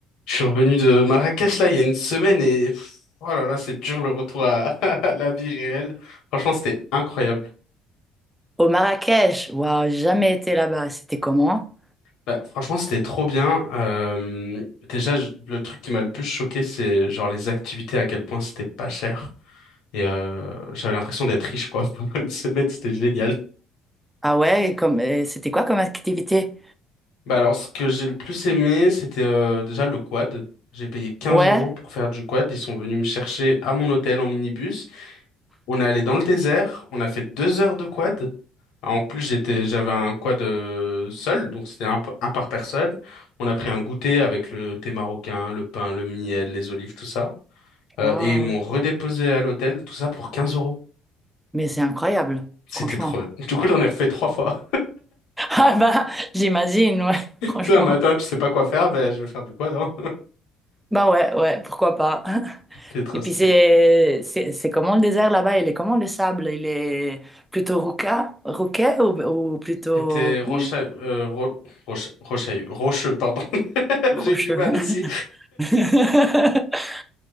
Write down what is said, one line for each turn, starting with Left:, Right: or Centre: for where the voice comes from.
Left: Je suis revenu de Marrakech là il y a une semaine et pff, oh là là, c'est dur le retour à, <laughs> à la vie réelle. Franchement, c'était incroyable.
Centre: Au Marrakech, waouh, j'ai jamais été là-bas. C'était comment?
Left: Bah, franchement, c'était trop bien. Euh, déjà, je- le truc qui m'a le plus choqué, c'est genre les activités, à quel point c'était pas cher. Et euh, j'avais l'impression d'être riche quoi. <laughs> Pendant une semaine, c'était génial.
Centre: Ah ouais, et comme, et c'était quoi comme activité?
Left: Bah alors, ce que j'ai le plus aimé, c'était euh, déjà le quad. J'ai payé 15
Centre: Ouais,
Left: euros pour faire du quad. Ils sont venus me chercher à mon hôtel en minibus. On est allé dans le désert. On a fait deux heures de quad. En plus, j'étais, j'avais un quad euh, seul, donc c'était un, p- un par personne. On a pris un goûter avec le thé marocain, le pain, le miel, les olives, tout ça. Euh,
Centre: waouh,
Left: et ils m'ont redéposé à l'hôtel, tout ça pour 15 euros.
Centre: mais c'est incroyable,
Left: C'était
Centre: franchement.
Left: trop bien. Du coup, j'en ai refait trois fois.
Centre: <laughs> Ah bah, j'imagine, ouais,
Left: <laughs> Tu
Centre: <laughs> franchement.
Left: sais, un matin, tu sais pas quoi faire, ben je vais faire du quad, hein.
Centre: Bah ouais, ouais, pourquoi pas. <laughs>
Left: C'était trop
Centre: Et
Left: stylé.
Centre: puis c'est, c'est, c'est comment le désert là-bas? Il est comment le sable? Il est plutôt roca, roquet ou, ou plutôt
Left: C'était Rocha,
Centre: hum,
Left: euh, Ro- Rocha- Rochailleux, Rocheux, pardon. <laughs>
Centre: rocheux?
Left: J'ai eu du mal aussi.
Centre: <laughs>